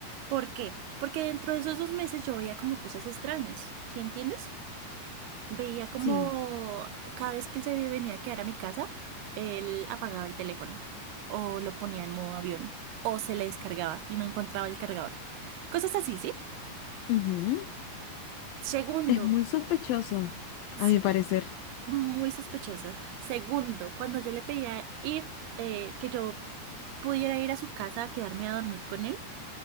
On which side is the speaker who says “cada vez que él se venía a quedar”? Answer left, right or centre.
Right